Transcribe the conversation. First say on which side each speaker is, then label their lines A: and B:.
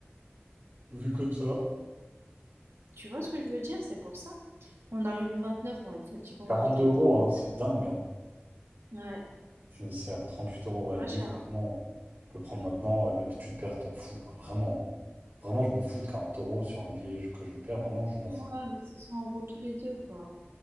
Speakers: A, on the right (about 45°); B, on the right (about 80°).
A: Vu comme ça.
B: Tu vois ce que je veux dire, c'est pour ça. On arrive le vingt-neuf on va être fatigué, on
A: 42
B: va juste aller
A: euros,
B: dormir.
A: hein, c'est dingue. Hein.
B: Ouais,
A: Finissait à 38 euros. Ouais,
B: pas
A: lui,
B: cher.
A: franchement, tu peux le prendre maintenant, euh, même si tu le perds, t'en fous, quoi. Vraiment. Vraiment, je m'en fous de 40 euros sur un billet je- que je le perds. Vraiment, je m'en fous.
B: Ouais, mais c'est 100 euros tous les deux, quoi.